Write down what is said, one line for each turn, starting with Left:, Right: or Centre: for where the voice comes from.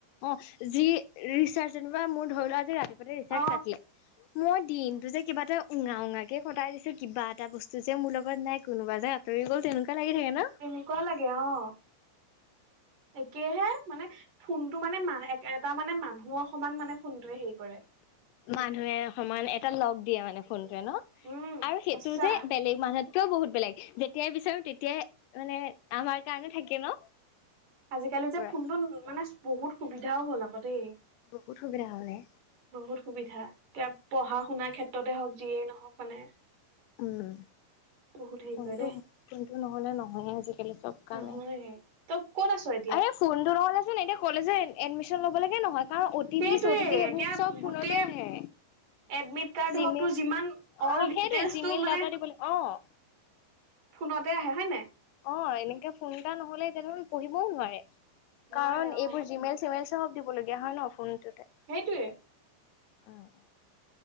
Left: অ' যি ৰিচাৰ্জ যেনিবা মোৰ ধৰি লোৱা আজি ৰাতিপুৱাতে ৰিচাৰ্জ
Right: অ
Left: কাটিলে। মই দিনটো যে কিবা এটা উঙা উঙাকে কটাই দিছোঁ কিবা এটা বস্তু যে মোৰ লগত নাই কোনোবা যে আঁতৰি গ'ল তেনেুৱা লাগি থাকে ন।
Right: তেনেকুৱা লাগে অ', একেহে মানে ফোনটো মানে মা এ-এটা মানে মানুহৰ সমান মানে ফোনটোৱে হেৰি কৰে।
Left: মানুহে সমান এটা লগ দিয়ে মানে ফোনটোৱে ন'।
Right: উম
Left: আৰু সেইটো
Right: সঁচা
Left: যে বেলেগ মানুহ কেও বহুত বেলেগ যেতিয়াই বিচাৰো তেতিয়াই, মানে আমাৰ কাৰণে থাকে ন'।
Right: আজিকালি যে
Left: পুৰা
Right: ফোনটোত মানে বহুত সুবিধাও হ'ল আকৌ দেই।
Left: বহুত সুবিধা হ'লে
Right: বহুত সুবিধা। এতিয়া পঢ়া শুনাৰ ক্ষেত্ৰতে হওঁক যিয়েই নহওঁক মানে।
Left: উম,
Right: বহুত হেৰি
Left: ফোনটো
Right: কৰে দেই
Left: ফোনটো নহ'লে নহয়য়ে আজিকালি চব কামে।
Right: নহয় তই ক'ত আছ এতিয়া?
Left: আৰে ফোনটো নহ'লে চোন এতিয়া কলেজৰ এডমিশ্যন ল'বলৈকে নহয়। কাৰণ অ' টি
Right: সেইটোৱে
Left: পি চ টি পি সেইবোৰ
Right: এতিয়া
Left: চব
Right: গোটেই
Left: ফোনতে আহে।
Right: এডমিট কাৰ্ড
Left: জিমে
Right: হওক তোৰ যিমান অল
Left: অ' সেইটোৱে
Right: ডিটেইলছটো
Left: জিমেল
Right: মানে
Left: দাতা দিবলৈ অ'।
Right: ফোনতে আহে হয় নাই।
Left: অ', এনেকে ফোন এটা নহ'লে এতিয়া দেখোন পঢ়িবও নোৱাৰে,
Right: নোৱাৰে
Left: কাৰণ
Right: অ
Left: এইবোৰ জিমেইল চিমেইল চব দিবলগীয়া হয় ন' ফোনটোতে।
Right: সেইটোৱে।
Left: উম,